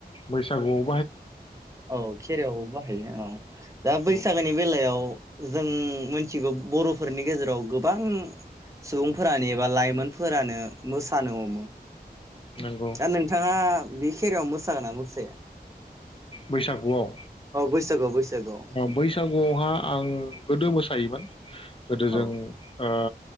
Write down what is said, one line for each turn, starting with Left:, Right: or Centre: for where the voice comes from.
Left: बैसागु
Right: औ केरायाव बाहायो औ दा बैसागोनि
Left: औ
Right: बेलायाव जों मिथिगौ बर'फोरनि गेजेराव गोबां सुबुंफोरानो एबा लाइमोनफोरानो मोसानो हमो
Left: नंगौ
Right: दा नोंथाङा बे खेरायाव मोसागोना मोसाया?
Left: बैसागुआव
Right: औ बैसागुआव बैसागुआव
Left: बैसागुआवहा आं गोदो मोसायोमोन गोदो
Right: औ
Left: जों ओ